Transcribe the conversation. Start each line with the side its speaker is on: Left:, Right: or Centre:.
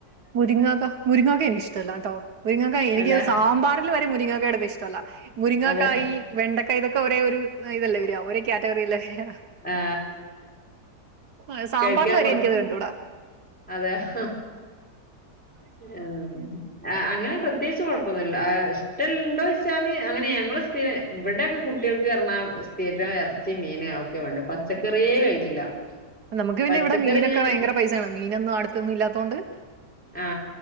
Right: മുരിങ്ങക്ക മുരിങ്ങക്ക എനിക്ക് ഇഷ്ട്ടാല്ലാട്ടോ മുരിങ്ങക്ക എനിക്ക്
Centre: അല്ലെ
Right: സാമ്പാറിൽ വരെ മുരിങ്ങ ക്ക ഇടുന്നെ ഇഷ്ട്ടോല്ലാ മുരിങ്ങക്കായി
Centre: അതെ
Right: വെണ്ടക്ക ഇതൊ ക്കെ ഒരേ ഒരു അ ഇതല്ലേ വെ ഒരേ കാറ്റഗറിയലെ യാ
Centre: ആ
Right: ആ സാമ്പാറിൽ
Centre: കഴിക്കാൻ
Right: വരെ
Centre: കുറച്ച്
Right: എനിക്കത് കണ്ടൂടാ
Centre: അതെ ആ അ അങ്ങനെ പ്രത്യേകിച്ച് കൊഴപ്പൊന്നു ന്നില്ല ആ ഇഷ്ട്ടൽ ണ്ടോ വെച്ചാല് അങ്ങനെ ഞങ്ങൾ സ്ഥിരം ഇവിടൊക്കെ കുട്ടിൾക്ക് പർഞ്ഞ സ്ഥിരം എറച്ചിം മീൻ അതൊക്കെ വേണ്ടെ പച്ചക്കറിയെ കഴിക്കില്ല
Right: നമുക്ക് പിന്നെ
Centre: പച്ചക്കറി
Right: ഇവിടെ മീനൊക്കെ
Centre: ഞാൻ
Right: ഭയങ്കര പൈസയാണ് മീനൊന്നും അടുത്തൊന്നും ഇല്ലാത്തോണ്ട്
Centre: ആ